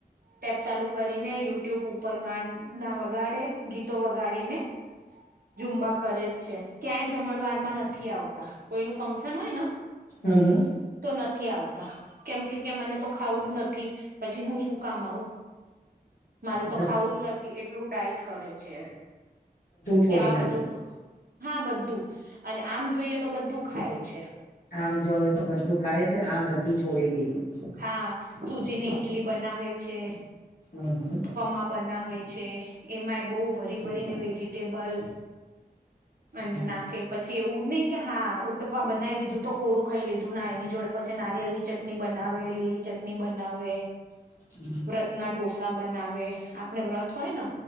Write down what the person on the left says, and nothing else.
હમ હમ.
બધું
છોડી
નાખ્યું
આમ જોય તો બધું ખાય છે, આમ બધું છોડી દીધું.
<inaudible>
હમ હમ
<unintelligible>